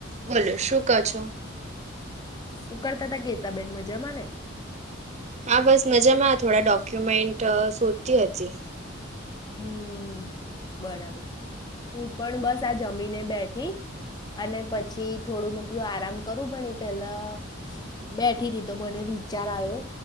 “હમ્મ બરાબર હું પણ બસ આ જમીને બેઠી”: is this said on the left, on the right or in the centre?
Left